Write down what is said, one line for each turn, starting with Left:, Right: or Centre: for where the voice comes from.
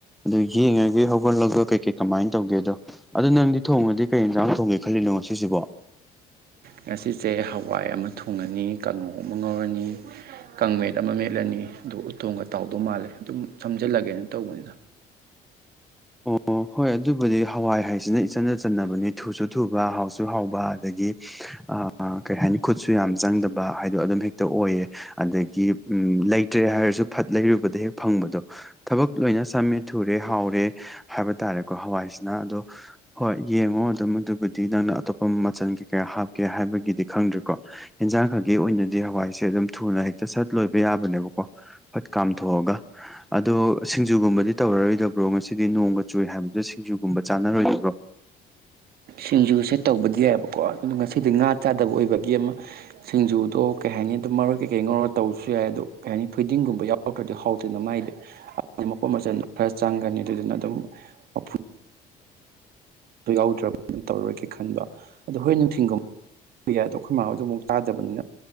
Centre: ꯑꯗꯒꯤ ꯌꯦꯡꯉꯒ ꯍꯧꯒꯠꯂꯒ ꯀꯩ ꯀꯩ ꯀꯃꯥꯏ ꯇꯧꯒꯦꯗꯣ ꯑꯗꯨ ꯅꯪꯗꯤ ꯊꯣꯡꯉꯗꯤ ꯀꯩ ꯌꯦꯟꯁꯥꯡ ꯊꯣꯡꯒꯦ ꯈꯜꯂꯤꯅꯣ ꯉꯁꯤꯁꯤꯕꯣ
Right: ꯉꯁꯤꯁꯦ ꯍꯋꯥꯏ ꯑꯃ ꯊꯣꯡꯉꯅꯤ ꯀꯥꯡꯉꯧ ꯑꯃ ꯉꯧꯔꯅꯤ ꯀꯪꯃꯦꯠ ꯑꯃ ꯃꯦꯠꯂꯅꯤ ꯑꯗꯨ ꯎꯇꯣꯡꯒ ꯇꯥꯎꯗꯧ ꯃꯥꯜꯂꯦ ꯑꯗꯨꯝ ꯁꯝꯖꯤꯜꯂꯒꯦꯅ ꯇꯧꯕꯅꯤꯗ
Centre: ꯑꯣ ꯍꯣꯏ ꯑꯗꯨꯕꯨꯗꯤ ꯍꯋꯥꯏ ꯍꯥꯏꯁꯤꯅ ꯏꯆꯟꯅ ꯆꯟꯅꯕꯅꯤ ꯊꯨꯁꯨ ꯊꯨꯕ ꯍꯥꯎꯁꯨ ꯍꯥꯎꯕ ꯑꯗꯒꯤ ꯑ ꯀꯩ ꯍꯥꯏꯅꯤ ꯈꯨꯠꯁꯨ ꯌꯥꯝ ꯆꯪꯗꯕ ꯍꯥꯏꯗꯣ ꯑꯗꯨꯝ ꯍꯦꯛꯇ ꯑꯣꯏꯌꯦ ꯑꯗꯒꯤ ꯎꯝ ꯂꯩꯇ꯭ꯔꯦ ꯍꯥꯏꯔꯁꯨ ꯐꯠ ꯂꯩꯔꯨꯕꯗ ꯍꯦꯛ ꯐꯪꯕꯗꯣ ꯊꯕꯛ ꯂꯣꯏꯅ ꯁꯝꯃꯦ ꯊꯨꯔꯦ ꯍꯥꯎꯔꯦ ꯍꯥꯏꯕ ꯇꯥꯔꯦꯀꯣ ꯍꯋꯥꯏꯁꯤꯅ ꯑꯗꯣ ꯍꯣꯏ ꯌꯦꯡꯉꯣ ꯑꯗꯨꯝ ꯃꯗꯨꯕꯨꯗꯤ ꯅꯪꯅ ꯑꯇꯣꯞꯄ ꯃꯆꯜ ꯀꯩ ꯀꯌꯥ ꯍꯥꯞꯀꯦ ꯍꯥꯏꯕꯒꯤꯗꯤ ꯈꯪꯗ꯭ꯔꯦꯀꯣ ꯍꯦꯟꯖꯥꯡ ꯈꯛꯀꯤ ꯑꯣꯏꯅꯗꯤ ꯍꯋꯥꯏꯁꯦ ꯑꯗꯨꯝ ꯊꯨꯅ ꯍꯦꯛꯇ ꯁꯠ ꯂꯣꯏꯕ ꯌꯥꯕꯅꯦꯕꯀꯣ ꯐꯠ ꯀꯥꯝꯊꯣꯛꯑꯒ ꯑꯗꯣ ꯁꯤꯡꯖꯨꯒꯨꯝꯕꯗꯤ ꯇꯧꯔꯔꯣꯏꯗꯕ꯭ꯔꯣ ꯉꯁꯤ ꯁꯤꯗꯤ ꯅꯣꯡꯃ ꯆꯨꯏ ꯍꯥꯏꯕꯗꯨ ꯁꯤꯡꯖꯨꯒꯨꯝꯕ ꯆꯥꯅꯔꯣꯏꯗꯕ꯭ꯔꯣ
Right: ꯁꯤꯡꯖꯨꯁꯦ ꯇꯧꯕꯗꯤ ꯌꯥꯏꯕꯀꯣ ꯑꯗꯨ ꯉꯁꯤꯗꯤ ꯉꯥ ꯆꯥꯗꯕ ꯑꯣꯏꯕꯒꯤ ꯑꯃ ꯁꯤꯡꯖꯨꯗꯣ ꯀꯩ ꯍꯥꯏꯅꯤ ꯑꯗꯨꯝ ꯃꯔꯣꯏ ꯀꯩꯀꯩ ꯉꯧꯅꯒ ꯇꯧꯕꯁꯨ ꯌꯥꯏ ꯑꯗꯣ ꯀꯩ ꯍꯥꯏꯅꯤ ꯐꯤꯗꯤꯡꯒꯨꯝꯕ ꯌꯥꯎ ꯍꯥꯎꯗ꯭ꯔꯗꯤ ꯍꯥꯎꯗꯦꯅ ꯃꯥꯏꯗꯤ ꯑꯗꯨꯗꯤ ꯃꯄꯣꯠ ꯃꯆꯟ ꯈꯔ ꯆꯪꯒꯅꯤ ꯑꯗꯨꯗꯨꯅ ꯑꯗꯨꯝ ꯃꯐꯨꯗꯣ ꯌꯥꯎꯗ꯭ꯔꯕ ꯇꯧꯔꯣꯏꯒꯦ ꯈꯟꯕ ꯑꯣ ꯍꯣꯏ ꯅꯨꯡꯊꯤꯟꯒꯨꯝ ꯌꯥꯗꯣ ꯑꯈꯣꯏ ꯃꯥ ꯍꯣꯏꯗꯣ ꯑꯃꯨꯛ ꯇꯥꯗꯕꯅꯤꯅ